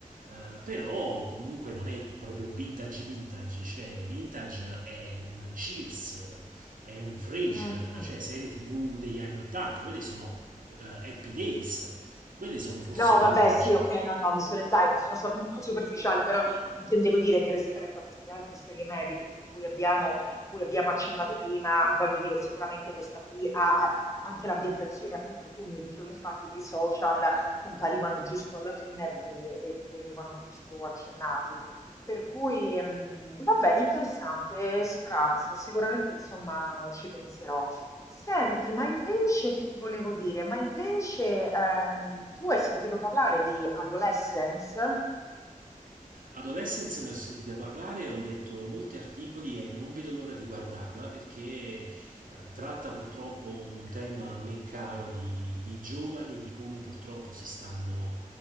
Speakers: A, on the right (about 75°); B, on the left (about 20°).
A: eh, però comunque non è proprio vintage vintage, cioè vintage è un Cheers, è un Frasier,
B: Mhm.
A: cioè serie TV degli anni 80, quelle sono eh, Happy Days, quelle sono forse
B: No, vabbè,
A: vintage.
B: sì, ok, no, no, mi sono, dai, sono stata un po' superficiale, però intendevo dire che rispetto a queste altre serie mediche tu- cui abbiamo, cui abbiamo accennato prima, voglio dire, sicuramente questa qui ha, ha- anche l'ambientazione, appunto, tu mi dicevi infatti che i social comparivano giusto alla fine e, ve- e venivano giusto accennati. Per cui, ehm, vabbè, interessante, Scrubs, sicuramente, insomma, ci penserò. Senti, ma invece che ti volevo dire? Ma invece ehm, tu hai sentito parlare di Adolescence?
A: Adolescence ne ho sentite parlare, ho letto molti articoli e non vedo l'ora di guardarla perché eh, tratta purtroppo un tema a me caro di, di giovani e di come purtroppo si stanno